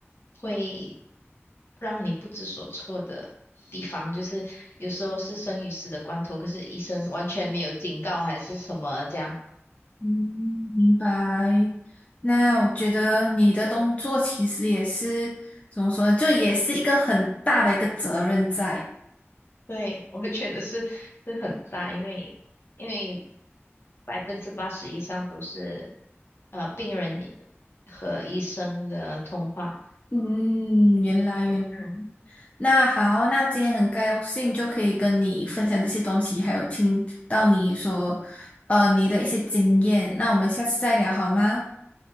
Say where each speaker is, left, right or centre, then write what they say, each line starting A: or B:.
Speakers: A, on the left; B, on the left.
A: 会让你不知所措的地方，就是有时候是生与死的关头，可是医生完全没有警告还是什么这样。
B: 嗯，明白。那我觉得你的工作其实也是怎么说呢，就也是一个很大的一个责任在。
A: 对，我会觉得是是很大，因为因为百分之八十以上都是呃病人，和医生的通话。
B: 嗯，原来原来
A: 嗯，
B: 那好，那今天很高兴就可以跟你分享这些东西，还有听到你说，呃，你的一些经验。那我们下次再聊好吗？